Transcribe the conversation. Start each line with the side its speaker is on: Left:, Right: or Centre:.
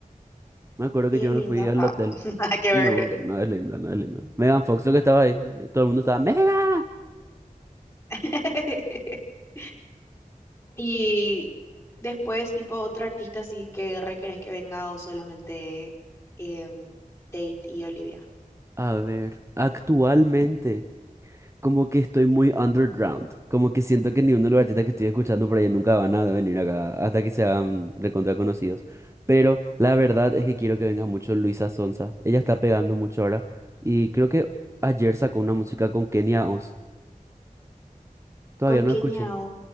Right: Me acuerdo
Left: Y
Right: que yo
Left: es lindo.
Right: me fui al
Left: Ah,
Right: hotel.
Left: <laughs> nada que
Right: No,
Left: ver.
Right: no es linda, no es linda. Megan Fox lo que estaba ahí, eh, todo el mundo estaba, ¡Megan!
Left: <laughs> Y después, tipo, otro artista sí que requerés que venga o solamente em, Tate y Olivia.
Right: A ver, actualmente, como que estoy muy underground. Como que siento que ni uno de los artistas que estoy escuchando por ahí nunca van a venir acá hasta que sean recontra conocidos. Pero la verdad es que quiero que venga mucho Luisa Sonza. Ella está pegando mucho ahora. Y creo que ayer sacó una música con Kenia Oz. Todavía
Left: Con
Right: no
Left: Kenia
Right: escuché.
Left: o...